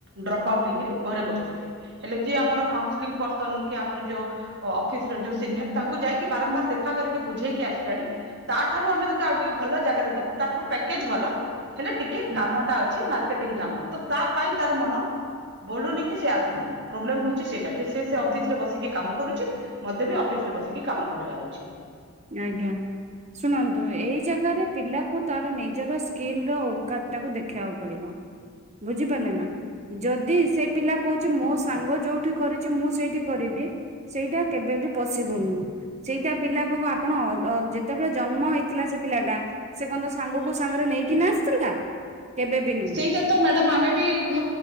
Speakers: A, on the right; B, on the right.
A: ଡ୍ରପ୍ ଆଉଟ୍ ହେଇକିରି ଘରେ ବସଚନ୍ତି। ହେଲେ ଯିଏ ଆମର କାଉନସିଲିଂ ପର୍ସନ୍ କି ଆମର ଯୋଉ ଅ ଅଫିସର ଯୋଉ ସିନିଅର ତାଙ୍କୁ ଯାଇକି ବାରମ୍ବାର ଦେଖାକରିକି ବୁଝେଇକି ଆସିଲାଣି ତାଠାରୁ ଆମେ ତତେ ଆଉ ଟିକେ ଭଲ ଜାଗାରେ ଦୋବୁ ତାଠାରୁ ପ୍ୟାକେଜ ଭଲ। ହେଲେ ଟିକେ
B: ହୁଁ
A: କାମଟା ଅଛି ମାର୍କେଟିଂ କାମ ତ ତା ପାଇଁ ତାର ମନ ବୋଲୁନି କି ସେ ଆସୁନି ପ୍ରୋବ୍ଲେମ ହୋଉଚି ସେଇଟା ଯେ ସେ ସେ ଅଫିସରେ
B: ହୁଁ
A: ବସିକି କାମ କରୁଚି ମତେ ବି ଅଫିସରେ ବସିକି କାମ କରିବାର ଅଛି।
B: ଆଜ୍ଞା। ଶୁଣନ୍ତୁ ଏଇ ଜାଗାରେ ପିଲାକୁ ତାର ନିଜର ସ୍କିଲର ଔକାତ୍ ତାକୁ ଦେଖେଇବାକୁ ପଡିବ। ବୁଝିପାରିଲେ ନା? ଯଦି ସେ ପିଲା କୋହୁଚି ମୋ ସାଙ୍ଗ ଯୋଉଠି କରିଚି ମୁଁ ସେଇଠି କରିବି ସେଇଟା କେବେ ବି ପସିବୁଲ୍ ନୁହଁ ସେଇଟା ପିଲା କୋହୁ ଆ ଆପଣ ଅ ଅ ଯେତେବେଳେ ଜନ୍ମ ହେଇଥିଲା ସେ ପିଲାଟା ସେ କଣ ତା ସାଙ୍ଗକୁ ସାଙ୍ଗରେ ନେଇକିନା ଆସିଥିଲା କେବେ ବି ନୁହଁ।
A: ସେଇଟା ତ ମ୍ୟାଡାମ ଆମେ ବି ଘ